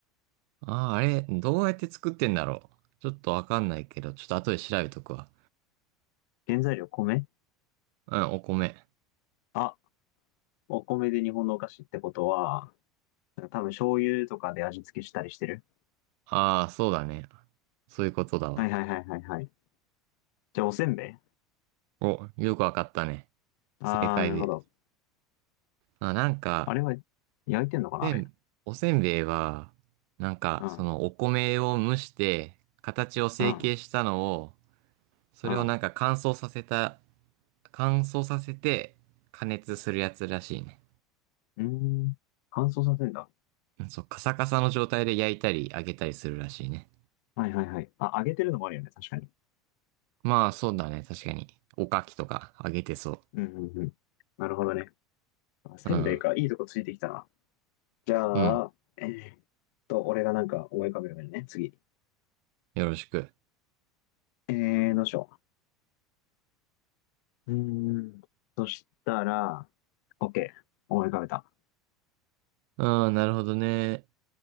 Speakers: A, on the right (about 50°); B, on the left (about 60°).
A: ああ、あれ、どうやって作ってんだろう。ちょっとわかんないけど、ちょっと後で調べとくわ。
B: 原材料米
A: うん、お米。
B: あ、お米で日本のお菓子ってことは、なんか多分醤油とかで味付けしたりしてる。
A: ああ、そうだね。そういうことだわ。
B: はいはいはいはいはい。じゃあおせんべい
A: お、よくわかったね。
B: あー、
A: 正解で。
B: なるほど。
A: あ、なんか、
B: あれは焼いてんのかなあれ。
A: せん、おせんべいは、なんか、
B: うん、
A: そのお米を蒸して、形を成形したのを、
B: うん、
A: それをなんか乾燥させた、
B: うん。
A: 乾燥させて加熱するやつらしいね。
B: うーん、乾燥させんだ。
A: そう、カサカサの状態で焼いたり揚げたりするらしいね。
B: はいはいはい。あ、揚げてるのもあるよね。確かに。
A: まあ、そうだね。確かに。おかきとか揚げてそ
B: うん、うん、うん。なるほどね。あ、せんべいか。
A: う。うん。
B: いいとこついてきたな。じゃあ、
A: うん。
B: えーっと、俺がなんか思い浮かべるよね。次。
A: よろしく。
B: えー、どうしよう。うーん。そしたら、OK。思い浮かべた。
A: うん、なるほどね。